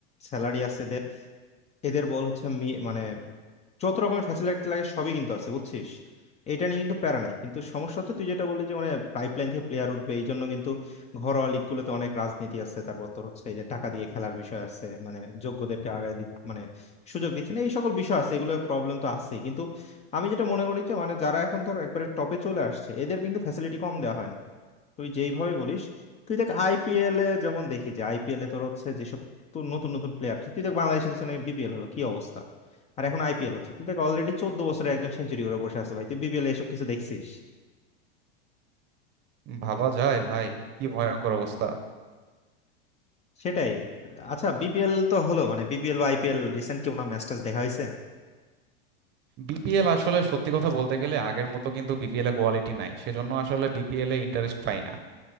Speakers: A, on the left; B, on the right.
A: স্যালারি আছে এদের এদের বল হচ্ছে মি মানে যত রকমের ফ্যাসিলিটি লাগে সবই কিন্তু আছে বুঝছিস এটা নিয়ে কিন্তু প্যারা নাই কিন্তু সমস্যা হচ্ছে তুই যেটা বললি যে মানে পাইপলাইন থেকে প্লেয়ার উঠবে এই জন্য কিন্তু ঘরোয়া লিগ গুলোতে অনেক রাজনীতি আছে তারপর তোর হচ্ছে এই যে টাকা দিয়ে খেলার বিষয় আছে মানে যোগ্যদেরকে আগায় দিতে মানে সুযোগ দিচ্ছে না এই সকল বিষয় আছে এগুলো প্রবলেম তো আছেই কিন্তু আমি যেটা মনে করি যে মানে যারা এখন ধর একবারে টপে চলে আসছে এদের কিন্তু ফ্যাসিলিটি কম দেওয়া হয় না তুই যেইভাবে বলিস তুই দেখ আইপিএল এ যেমন দেখি যে আইপিএল এ তোর হচ্ছে যেসব তো নতুন নতুন প্লেয়ার আছে তুই দেখ বাংলাদেশে কিছু নেই বিপিএল হলো কি অবস্থা আর এখন আইপিএল হচ্ছে তুই দেখ অলরেডি চোদ্দ বছরে একজন সেঞ্চুরি করে বসে আছে ভাই তুই বিপিএল এসব কিছু দেখছিস
B: ভাবা যায় ভাই কি ভয়ঙ্কর অবস্থা
A: সেটাই আচ্ছা বিপিএল তো হলো মানে বিপিএল বা আইপিএল রিসেন্ট কি কোনো ম্যাচ ট্যাচ দেখা হয়েছে
B: বিপিএল আসলে সত্যি কথা বলতে গেলে আগের মতো কিন্তু বিপিএল এ কোয়ালিটি নাই সেজন্য আসলে বিপিএল এ ইন্টারেস্ট পাই না